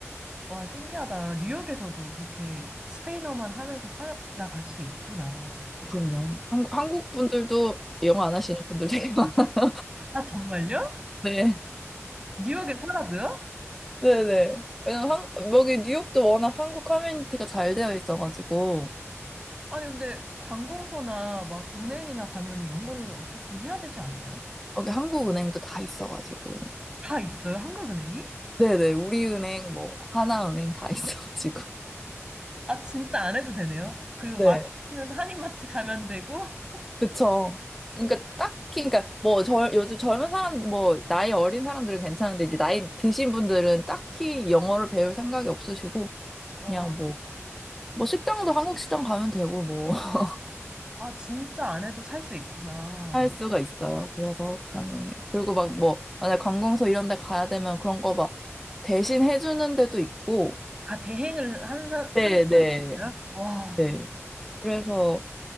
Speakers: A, on the right (about 15°); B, in the centre.
A: 와, 신기하다. 뉴욕에서도 그렇게 스페인어만 하면서 살아갈 수 있구나.
B: 그럼요. 한, 한국 분들도 영어 안 하시는 분들 되게 많은데.
A: 아, 정말요?
B: <laughs>
A: 뉴욕에 살아도요?
B: 네네. 왜냐면 한, 여기 뉴욕도 워낙 한국 커뮤니티가 잘 되어 있어가지고.
A: 아니, 근데 관공서나 막 은행이나 가면은 영어를 어쨌든 해야 되지 않나요?
B: 여기 한국은행도 다 있어가지고.
A: 다 있어요, 한국은행이?
B: 네네, 우리은행, 뭐, 하나은행 다 <laughs> 있어가지고.
A: 아, 진짜 안 해도 되네요. 그리고
B: 네,
A: 마트는 한인마트 가면 되고, <laughs>
B: 그쵸. 그러니까 딱히, 그러니까 뭐, 저, 요즘 젊은 사람, 뭐, 나이 어린 사람들은 괜찮은데, 이제 나이 드신 분들은 딱히 영어를 배울 생각이 없으시고,
A: 와,
B: 그냥 뭐, 뭐, 식당도 한국 식당 가면 되고, 뭐, <laughs>
A: 아, 진짜 안 해도 살 수 있구나.
B: 할 수가 있어요. 그래서 가능해요. 그리고 막 뭐, 만약 관공서 이런 데 가야 되면 그런 거 막, 대신 해주는 데도 있고,
A: 아, 대행을 하는 사,
B: 네네,
A: 하는 사람이
B: 네.
A: 있어요? 와.
B: 네, 네. 그래서